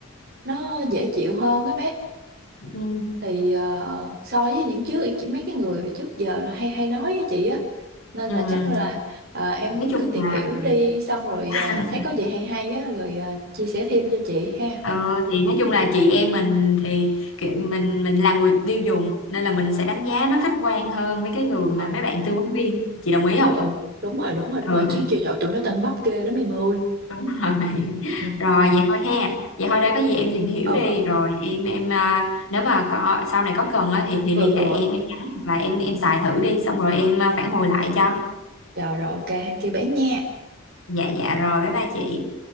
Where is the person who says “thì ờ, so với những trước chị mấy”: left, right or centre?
Right